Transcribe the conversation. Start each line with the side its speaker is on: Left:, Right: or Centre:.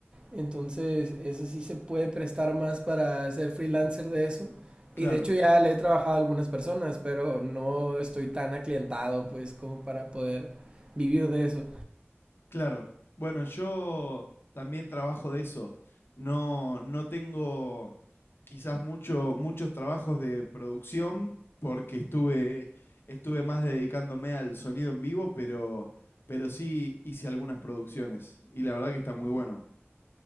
Right: Entonces, eso sí se puede prestar más para ser freelancer de eso.
Left: Claro,
Right: Y de hecho ya le he trabajado a algunas personas, pero no estoy tan aclientado pues como para poder vivir de eso.
Left: claro. Bueno, yo también trabajo de eso. No, no tengo quizás mucho, muchos trabajos de producción porque estuve, estuve más dedicándome al sonido en vivo, pero, pero sí hice algunas producciones y la verdad que está muy bueno.